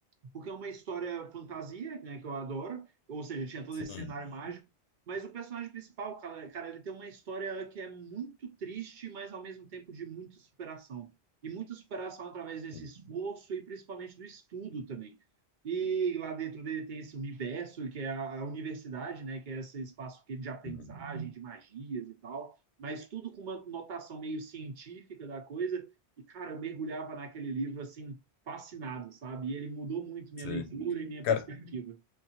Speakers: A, on the right; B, on the left.
A: porque é uma história fantasia, né, que eu adoro, ou seja, tinha todo
B: Sim,
A: esse cenário mágico, mas o personagem principal, cara, cara, ele tem uma história que é muito triste, mas ao mesmo tempo de muita superação. E muita superação através desse
B: sim,
A: esforço e principalmente do estudo também. E lá dentro dele tem esse universo, que é a, a universidade, né, que é esse espaço que- é de aprendizagem,
B: sim.
A: de magias e tal, mas tudo com uma notação meio científica da coisa. E, cara, eu mergulhava naquele livro assim fascinado, sabe? E ele mudou muito minha
B: sim.
A: leitura e minha
B: Cara,
A: perspectiva.